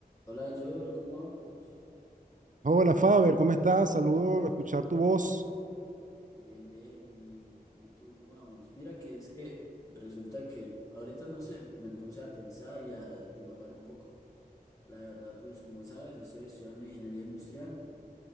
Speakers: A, on the left; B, on the right.
A: Hola, George, ¿cómo vamos?
B: Hola Faber, ¿cómo estás? Saludo, escuchar tu voz.
A: Bien, bien, ¿y, y tú cómo vamos? Mira que es que resulta que ahorita no sé, me puse a pensar y a divagar un poco. La verdad, pues como sabes, estoy estudiando ingeniería industrial